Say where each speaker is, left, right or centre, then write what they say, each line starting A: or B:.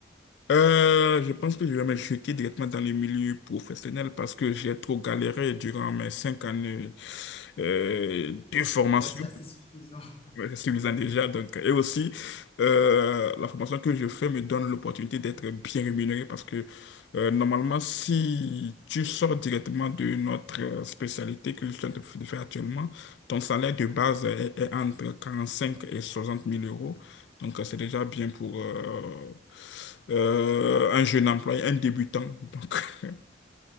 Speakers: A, on the left (about 65°); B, on the left (about 30°).
A: Euh, je pense que je vais me jeter directement dans le milieu professionnel parce que j'ai trop galéré durant mes cinq années euh, de formation.
B: Ouais, c'est assez suffisant. <laughs>
A: Ouais, C'est suffisant déjà. Donc, et aussi, euh, la formation que je fais me donne l'opportunité d'être bien rémunéré parce que euh, normalement, si tu sors directement de notre euh, spécialité que je suis en train de faire actuellement, ton salaire de base est, est entre 45 et 60 000 euros. Donc, euh, c'est déjà bien pour euh, euh, un jeune employé, un débutant. Donc, <laughs>